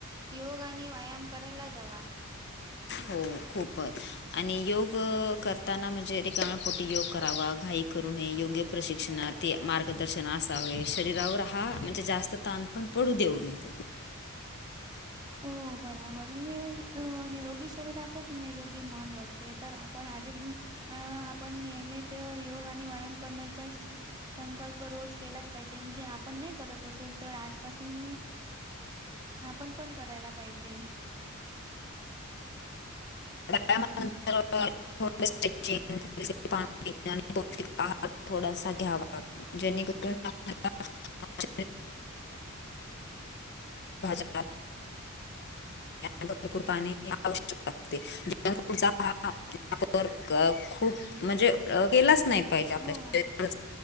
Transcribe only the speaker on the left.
हो खूपच आणि योग करताना म्हणजे तेिकणपोटी योग करावा घाई. करू नय योग्य प्रशिक्षण
ते मार्गदर्शन. शरीरा हा म्हणजे जास्त ताण पण पडू देऊनेत.
प्रमानंतर <inaudible> ोिंग पा आणि पौष्टिक आह थोडासा घ्यावा <inaudible> जेणेकर <inaudible>
भाज <inaudible> गरपूर पाने आवश्यकता आहे <inaudible> जंक फूड हा वाप खूप म्हणजे केलाच नाही <inaudible> पाहिजे आपल्या
शरी <inaudible>